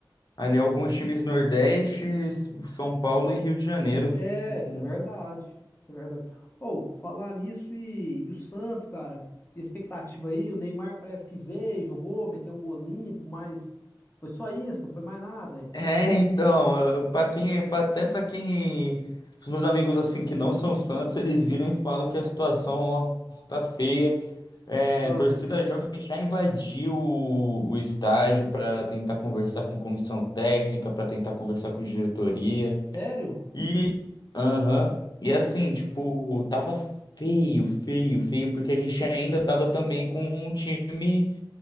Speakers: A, on the left (about 55°); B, on the left (about 25°).
A: Ali, alguns times Nordeste, São Paulo e Rio de Janeiro.
B: é,
A: Não-
B: isso é verdade. Isso é verdade. Ou, falar nisso e, e o Santos, cara, e a expectativa aí, o Neymar parece que veio, jogou, meteu um gol limpo, mas foi só isso, não foi mais nada, velho.
A: É, então, para quem, pra- até para quem, os meus amigos assim que não são Santos, eles viram e falam que a situação, ó, tá feia.
B: Ah,
A: É,
B: ah,
A: a torcida jovem já invadiu o, o estádio para tentar conversar com comissão técnica, para tentar conversar com diretoria.
B: sério?
A: E, aham, E
B: Ah,
A: assim, tipo, tava feio, feio, feio, porque a gente ainda tava também com um time